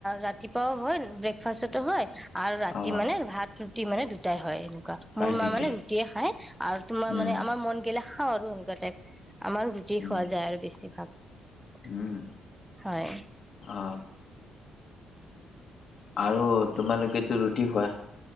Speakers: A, in the centre; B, on the left.
A: ৰাতিপুৱাও হয় ব্ৰেকফাষ্টতো হয় আৰু ৰাতি
B: অ
A: মানে ভাত ৰুটি মানে দুটাই হয়।
B: হয়
A: মোৰ মা
B: নেকি
A: মানে ৰুটিয়ে খাই আৰু তোমাৰ
B: উম
A: মানে আমাৰ মন গেলে খাওঁ আৰু সেনেকুৱা টাইপ। আমাৰ ৰুটি
B: উম
A: খোৱা যায় আৰু বেছিভাগ
B: উম
A: হয়।
B: অ আৰু তোমালোকেতো ৰুটি খোৱা?